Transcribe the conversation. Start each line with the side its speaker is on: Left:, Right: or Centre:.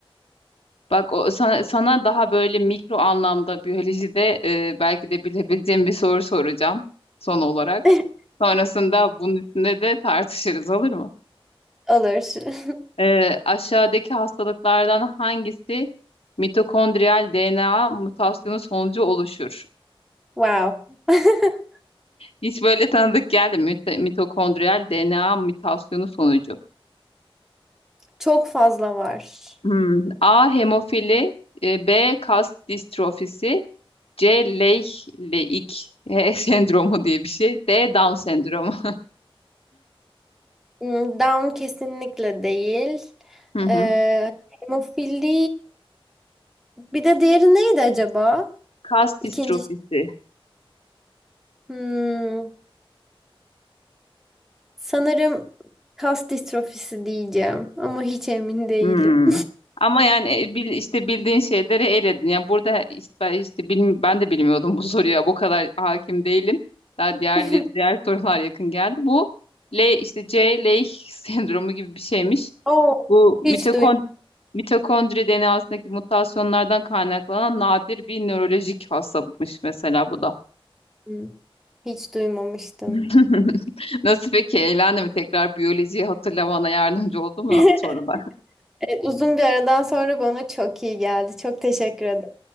Left: Bak o, sa- sana daha böyle mikro anlamda biyolojide e, belki de bilebileceğim bir soru soracağım son olarak.
Centre: <laughs>
Left: Sonrasında bunun üstünde de tartışırız olur mu?
Centre: Olur. <laughs>
Left: E, aşağıdaki hastalıklardan hangisi mitokondriyal DNA mutasyonu sonucu oluşur?
Centre: Wow. <laughs>
Left: Hiç böyle tanıdık geldi mi? Mit- Mitokondriyal DNA mutasyonu sonucu.
Centre: Çok fazla var.
Left: Hmm. A. Hemofili e, B. Kas distrofisi C. Leigh-Leig E, <laughs> sendromu diye bir şey. D. Down sendromu.
Centre: Hmm, Down kesinlikle değil.
Left: <laughs> Hı hı.
Centre: Ee, hemofili bir de diğeri neydi acaba?
Left: Kas
Centre: İkinci
Left: distrofisi.
Centre: ş- hmm, sanırım kas distrofisi diyeceğim ama hiç emin değilim.
Left: Hmm. Ama yani e, bil, işte bildiğin şeyleri eledin. Yani burada işte, ben işte bilmi- ben de bilmiyordum bu soruya. Bu kadar hakim değilim. Daha diğer
Centre: <laughs>
Left: diğer sorular yakın geldi. Bu L işte C Leigh <laughs> sendromu gibi bir şeymiş.
Centre: Oo,
Left: Bu mitokon
Centre: hiç
Left: mitokondri DNA'sındaki mutasyonlardan kaynaklanan nadir bir nörolojik hastalıkmış mesela bu da.
Centre: duymadım. Hiç duymamıştım.
Left: <laughs> Nasıl peki? Eğlendi mi? Tekrar biyolojiyi hatırlamana yardımcı oldu mu
Centre: <laughs>
Left: sorular? <laughs>
Centre: Evet, uzun bir aradan sonra bana çok iyi geldi. Çok teşekkür ederim.